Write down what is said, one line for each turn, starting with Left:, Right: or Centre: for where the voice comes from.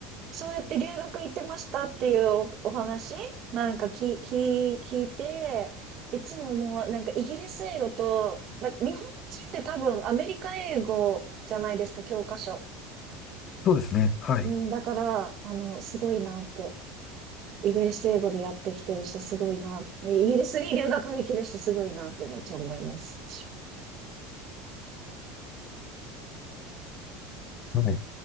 Right: そうやって留学行ってましたっていうお、お話なんかき、き、聞いて、いつももうなんかイギリス英語と、だ日本人って多分アメリカ英語じゃないですか、教科書。
Left: そうですね。はい。
Right: うん、だから、あの、すごいなって。イギリス英語でやってきてる人すごいな。イギリスに留学できる人すごいなってめっちゃ思います。
Left: はい。